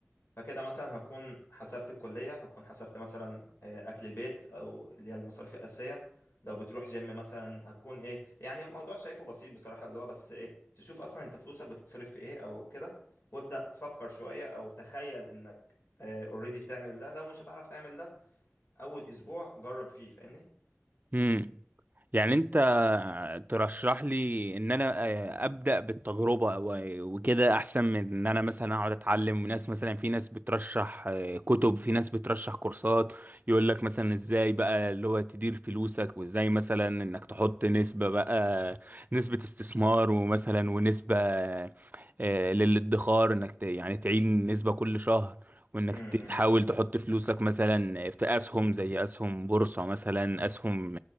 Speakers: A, on the left (about 65°); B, on the right (about 45°).
A: فكده مثلا هكون حسبت الكلية هكون حسبت مثلا آه، أكل البيت أو اللي هي المصاريف الأساسية لو بتروح جيم مثلا هتكون إيه يعني الموضوع شايفه بسيط بصراحة اللي هو بس إيه تشوف أصلا أنت فلوسك بتتصرف في إيه أو كده وابدأ فكر شوية أو تخيل إنك اوريدي بتعمل ده لو مش هتعرف تعمل ده أول أسبوع جرب فيه فاهمني؟
B: امم يعني انت ترشح لي ان انا آه، ابدا بالتجربه و- وكده احسن من ان انا مثلا اقعد اتعلم وناس مثلا في ناس بترشح آه، كتب في ناس بترشح كورسات يقول لك مثلا ازاي بقى اللي هو تدير فلوسك وازاي مثلا انك تحط نسبه بقى نسبه استثمار ومثلا ونسبه آه، للادخار انك ت- يعني تعين نسبه كل شهر وانك
A: امم
B: ت- تحاول تحط فلوسك مثلا في اسهم زي اسهم بورصة مثلا اسهم